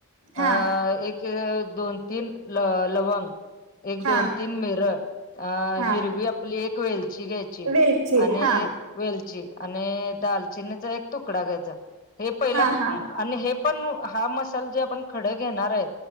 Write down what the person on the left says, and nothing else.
अ एक दोन तीन ल लवंग एक
दोन तीन मिर अ
हिरवी आपली एक वेल ची घ्यायची
आणि
वेलची आणि दालचिनीचा एक तुकडा घ्यायचा हे पहिला
मं आणि हे पण हा मसाल जे आपण खडे घेणार ये